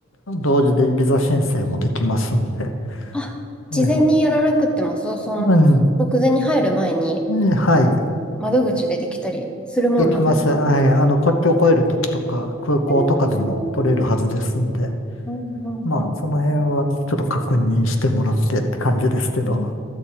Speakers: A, on the left (about 85°); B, in the centre.
A: 同時でビザ申請もできますんで。
B: あ、事前にやらなくっても、
A: ええ、
B: そう、その、
A: うん、
B: 直前に入る前に、
A: ええはい。
B: 窓口でできたりするもんなんです。
A: できます。はい。あの、国境を越えるときとか、空港とかでも取れるはずですんで。
B: えーうんうん
A: まあ、その辺はちょっと確認してもらってって感じですけど。
B: うん。